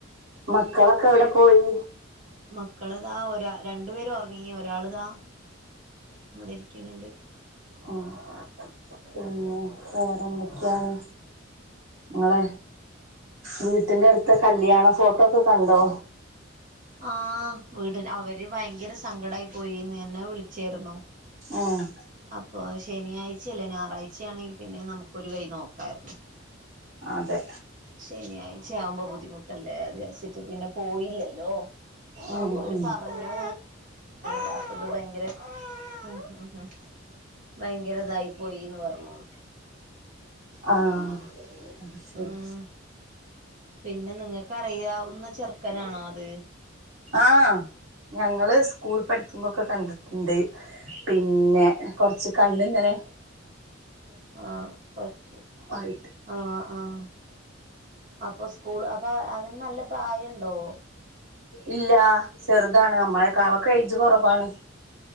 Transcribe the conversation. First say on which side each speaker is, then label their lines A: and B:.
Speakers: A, on the right; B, on the right.
A: മക്കളെക്കെ എവിടെ പോയി
B: മക്കളിതാ ഒരാ രണ്ടു പേരും ഉറങ്ങി ഒരാളിതാ ഇവിടെ ഇരിക്കണുണ്ട്
A: ആഹ് പിന്നെ വേറെന്തൊക്കെയാണ് നിങ്ങളെ വീട്ടിന്റെ അടുത്തെ കല്യാണ ഫോട്ടോ ഒക്കെ കണ്ടോ
B: ആഹ് വീട് അവര് ഭയങ്കര സങ്കടായി പോയിന്ന് എന്നെ വിളിച്ചായിരുന്നു
A: ആഹ്
B: അപ്പോ ശനിയാഴ്ച്ച അല്ലേ ഞായറാഴച്ചയാണെങ്കി പിന്നെ നമുക്കൊരു കൈ നോക്കായിരുന്നു
A: അതെ
B: ശനിയാഴ്ച്ചയാവുമ്പോ ബുദ്ധിമുട്ടല്ലേ അത് വച്ചിട്ട് പിന്നെ പോയില്ലല്ലോ
A: ഉം
B: അപ്പോ അവര്
A: ഉം
B: പറഞ്ഞു <unintelligible> ഭയങ്കര ഹ ഹ ഹ ഭയങ്കര ഇതായി പോയീന്ന് പറഞ്ഞൂന്ന്
A: ആഹ് അത് ശരി
B: ഉം പിന്നെ നിങ്ങക്ക് അറിയാവുന്ന ചെറുക്കനാണോ അത്
A: ആഹ് ഞങ്ങൾ സ്കൂള് പഠിക്കുമ്പോക്കെ കണ്ട്ട്ട്ണ്ട് പിന്നെ കൊറച്ച് കണ്ണ് ഇങ്ങനെ
B: ആഹ് കൊച്ച്
A: ആയിട്ട്
B: ആഹ് ആഹ് അപ്പോ സ് സ്കൂള് അപ്പോ അതിന് നല്ല പ്രായം ഇണ്ടോ
A: ഇല്ല ചെർതാണ് നമ്മളെക്കാളൊക്കെ ഏയ്ജ് കൊറവാണ്